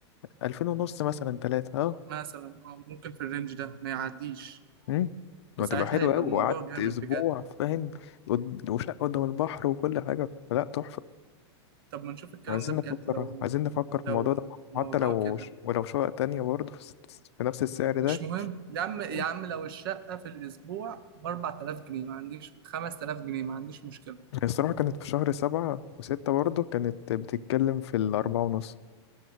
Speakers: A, on the left; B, on the right.
A: 2000 ونص مثلا ثلاثة اه
B: مثلا اه ممكن في الرينج ده ما يعديش
A: امم وهتبقى
B: وساعتها
A: حلوة
B: يبقى
A: قوي
B: الموضوع
A: وقعدت
B: جامد
A: اسبوع
B: بجد
A: فاهم قد- وشقة قدام البحر وكل حاجة فلا تحفة
B: طب ما نشوف الكلام
A: عايزين
B: ده بجد
A: نفكر
B: لو
A: عايزين نفكر
B: لو
A: في الموضوع ده
B: الموضوع
A: حتى لو
B: كده
A: ش- ولو شقة تانية برضه في, س- في نفس السعر
B: مش مهم يا عم يا
A: ده
B: عم لو الشقة في الأسبوع ب 4000 جنيه ما عنديش 5000 جنيه ما عنديش مشكلة
A: هي الصراحة كانت في شهر سبعة وستة برضه كانت بتتكلم في الأربعة ونص